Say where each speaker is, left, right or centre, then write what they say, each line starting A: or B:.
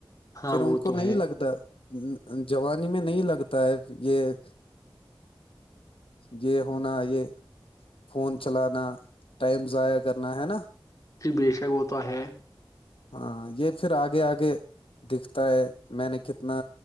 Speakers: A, on the left (about 35°); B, on the left (about 75°).
A: ہاں
B: پھر ان
A: وہ
B: کو
A: تو
B: نہیں
A: ہے
B: لگتا جوانی میں نہیں لگتا ہے یہ یہ ہونا یہ فون چلانا ٹائم ضائع کرنا ہے نا
A: ج بےشک وہتا ہے
B: ہاں یہ پھر آگے آگے دکھتا ہے میں نے کتنا